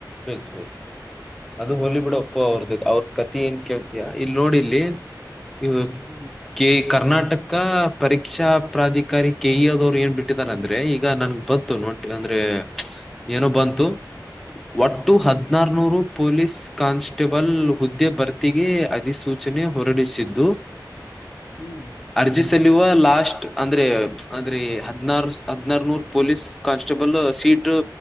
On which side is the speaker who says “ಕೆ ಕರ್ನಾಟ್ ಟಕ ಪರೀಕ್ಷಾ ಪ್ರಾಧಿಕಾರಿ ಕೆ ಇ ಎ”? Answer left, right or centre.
Centre